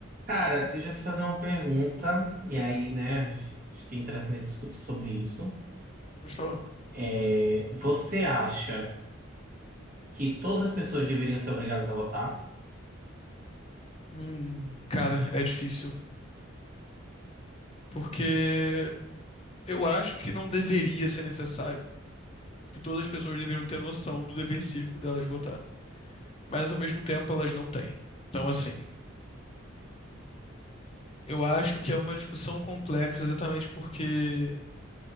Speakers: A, on the right (about 40°); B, on the left (about 30°).
A: Cara, deixa eu te fazer uma pergunta, e aí, né, acho que é interessante discutir sobre isso.
B: Vou te falar.
A: É, você acha que todas as pessoas deveriam ser obrigadas a votar?
B: Hum, cara, é difícil. Porque eu acho que não deveria ser necessário. Que todas as pessoas deveriam ter noção do dever cívico delas de votar. Mas ao mesmo tempo elas não têm. Então, assim, eu acho que é uma discussão complexa exatamente porque